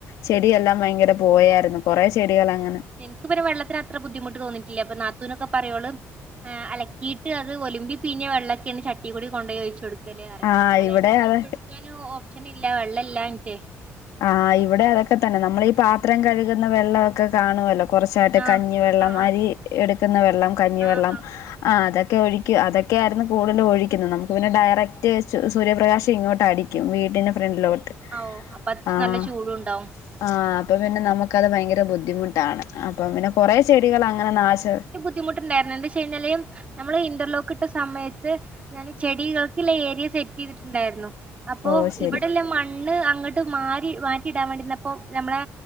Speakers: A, on the left; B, on the right.
A: ചെടിയെല്ലാം ഭയങ്കര പോയാരുന്നു കൊറേ ചെടികളങ്ങനെ
B: ഇൻക്കൊക്കെ വെള്ളത്തിന് ബുദ്ധിമുട്ട് തോന്നിട്ടില്ല പ്പ നാത്തുനൊക്കെ പറയും ഓള് ആഹ് അലക്കിയിട്ട് അത് ഒലിബി പീഞ്ഞ വെള്ളൊക്കെണ് ചട്ടി കൂടി കൊണ്ടൊയി ഒയ്ച്ചൊട്ക്ക ക്കലേറിം
A: ആഹ്
B: അല്ലാണ്ട്
A: ഇവിടെ
B: നനച്ചൊടുക്കാനോ
A: അതെ
B: ഓപ്ഷൻ ഇല്ല വെള്ളല്ലാഞ്ഞിട്ടേ
A: ആഹ് ഇവിടെ അതൊക്കെ തന്നെ നമ്മൾ ഈ പാത്രം കഴുകുന്ന വെള്ളവൊക്കെ കാണുവല്ലോ കുറച്ചായിട്ട്
B: ആഹ്
A: കഞ്ഞിവെള്ളം
B: ആഹ്
A: അരി എടുക്കുന്ന വെള്ളം കഞ്ഞിവെള്ളം
B: ആഹ് ആഹ് ആഹ്
A: ആഹ് അതൊക്കെ ഒഴിക്കും അതൊക്കെയായിരുന്നു കൂടുതല് ഒഴിക്കുന്നത് നമുക്ക് പിന്നെ ഡയറക്റ്റ് സൂര്യപ്രകാശം ഇങ്ങോട്ട് അടിക്കും ക്കും വീടിന്റെ ഫ്രണ്ടിലോട്ട്
B: ഔ അപ്പ അത്ര
A: ആഹ്
B: നല്ല ചൂടു ണ്ടാവും
A: ആഹ് അപ്പൊ പിന്നെ നമുക്കത് ഭയങ്കര ബുദ്ധിമുട്ടാണ് അപ്പൊ പിന്നെ കൊറെ ചെടികൾ അങ്ങന നാശം
B: ബുദ്ധിമുട്ട് ണ്ടായിര്ന്ന് എന്ത ചെയിഞ്ഞാല് നമ്മള് ഇന്റർലോക്ക് ട്ട സമയത്ത് ഞാൻ ചെടികൾക്ക്ള്ള ഏരിയ സെറ്റ് ചെയ്തിട്ടുണ്ടായിരുന്നു അപ്പോ
A: ഓഹ് ശരി
B: ഇവിടെല്ല മണ്ണ് ണ്ണ് അങ്ങട്ട് മാഹി മാറ്റിടാൻ വേണ്ടിന്നപ്പോ നമ്മളെ